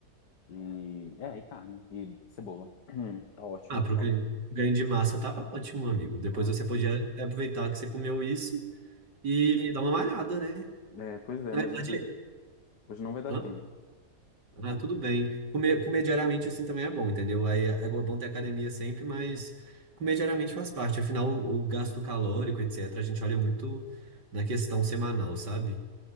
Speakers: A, on the left; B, on the right.
A: e... É, e carne. E cebola. <clears throat> Tá ótimo,
B: Ah, pro
A: saudável.
B: ganho ganho de massa tá ótimo, amigo. Depois
A: Ai,
B: você podia aproveitar que você comeu isso e dar uma malhada, né?
A: É, pois é,
B: Na
A: mas
B: verdade,
A: hoje, hoje não vai dar
B: hã?
A: tempo.
B: Ah, tudo bem. Comer, comer diariamente assim também é bom, entendeu? Aí é é bom ter academia sempre, mas comer diariamente faz parte. Afinal, o, o gasto calórico, etc., a gente olha muito na questão semanal, sabe?